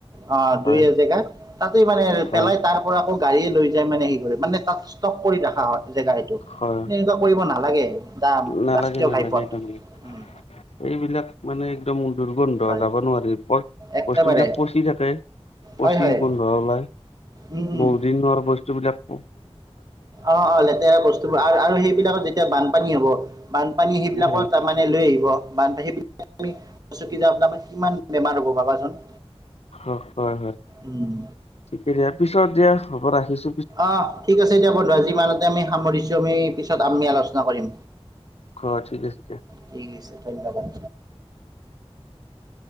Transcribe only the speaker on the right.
অ দুই
এজেগা তাতেই মানে পেলাই
তাৰ পৰা আকৌ গাড়ীয়ে লৈ যায় মানে হে কৰে মানে তাত ষ্টপ কৰি ৰখা হয় জেগা এইটো।
এনেকুৱা কৰিব নালাগে দাম
ৰাষ্ট্ৰীয়
ঘাইপথ
উম
হয়
একেবাৰে
হয় হয়
উম উম
অ অ লেতেৰা বস্তুবোৰ আৰু সেইবিলাকত যেতিয়া বানপানী হ'ব বানপানী সেইবিলাকো
তাৰ মানে লৈ আহিব বানপানী সেইবিলাক চা ত কিমান বেমাৰ হ'ব ভাবাচোন।
উম,
অ ঠিক আছে এতিয়া বন্ধো আজি মানতে আমি সামৰিছো আমি পিছত আমি আলোচনা কৰিম।
ঠিক আছে ধন্যবাদ।